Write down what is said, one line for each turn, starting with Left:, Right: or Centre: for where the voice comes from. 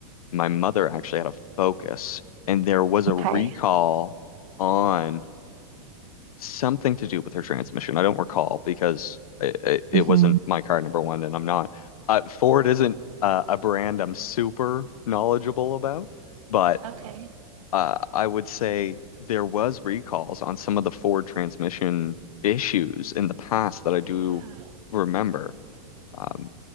Left: my mother actually had a Focus, and there was a
Right: okay.
Left: recall on something to do with her transmission. I don't recall because it, it, it
Right: Mhm.
Left: wasn't my car, number one, and I'm not. Uh, Ford isn't uh, a brand I'm super knowledgeable about, but
Right: Okay.
Left: uh, I would say there was recalls on some of the Ford transmission issues in the past that I
Right: Yeah.
Left: do remember. Um,